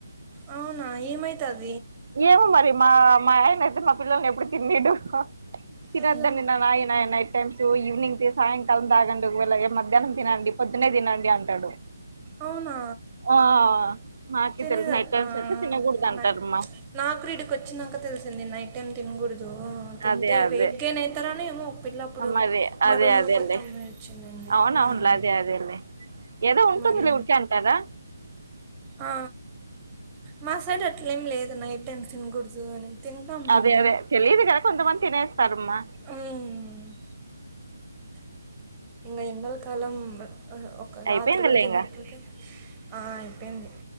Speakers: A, on the right; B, on the right.
A: అవునా ఏమైతది
B: ఏమో మరి మా మా ఆయన అయితే మా పిల్లల కి ఎప్పుడు తిన్పియడు తినద్దని
A: అయ్యో
B: నైట్ టైమ్స్ ఈవినింగ్ సాయంకాలం తాగండి మజ్జిగ మధ్యాహ్నం తినండి పొద్దునే తినండి అంటాడు
A: అవునా
B: ఆ నాకే
A: తెలియదు
B: తెలుసు నైట్
A: అక్క
B: టైమ్స్ అయితే తినకూడదు అంటారమ్మా
A: నైట్ నాకు ఇడికి వచ్చినాక తెలిసింది నైట్ టైం తినకూడదు తింటే
B: అదే అదే
A: వెయిట్ గెయిన్ అవుతారానే ఏమో ఇట్లా అప్పుడు
B: మరి
A: మా
B: అదే
A: రూమ్
B: అదేలే
A: లోకి కొత్త అమ్మాయి వచ్చిందండి
B: అవునవునులే
A: మ్మ్
B: అదే అదేలే ఏదో ఉంటుంది
A: మరి
B: లే ఊరికే అంటారా
A: ఆ మాసైడు అట్లేమి లేదు నైట్ టైం తినకూడదు అని తింటాం మేము
B: అదే అదే తెలీయదు కదా కొంతమంది తినేస్తారమ్మా
A: మ్మ్. ఇంకా ఎండకాలం ఒక రాత్రి
B: అయిపోయిందిలే
A: కూడా తిన్నాము
B: ఇంగ
A: అయిపోయింది